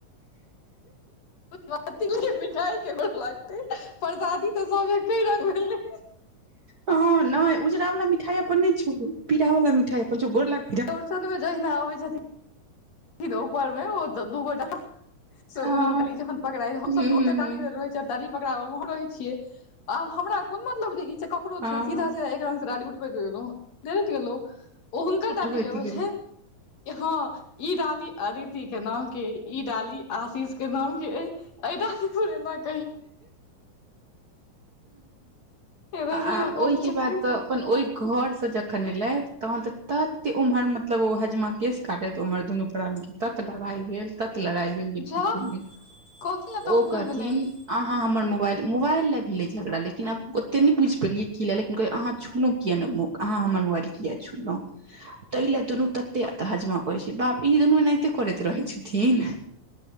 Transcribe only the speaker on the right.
ह नहि उजरा वला मिठाइ अपन नहि छो, पीरा वला मिठाइ अपन छो गोर लाग।
आ
हूँ
हूँ
हूँ
हँ
उठबैत
गेलै
आ ओयके
बाद तऽ अपन ओयह घरसँ जखन एलैथ, तहन तऽ तते उम्हर मतलब ओ हजमा केश काटैत, उम्हर दुनू प्राणी कऽ तत लड़ाई भेल, तत लड़ाई भेल जे
पुछू नहि,
ओ
कह
अहाँ हमर मुबाएल, मुबाएल लऽ भेलै झगरा, लेकिन आब ओते नहि बुइझ पेलियै, कि लऽ लेकिन कऽ अहाँ छुलउ किया नहि मुक, अहाँ हमर मुबाएल किया छुलौ? ताहि लए दुनू तते, तऽ हजमा कहै छै बाप रे, ई दुनू इनाहिते करैत रहै छथिन।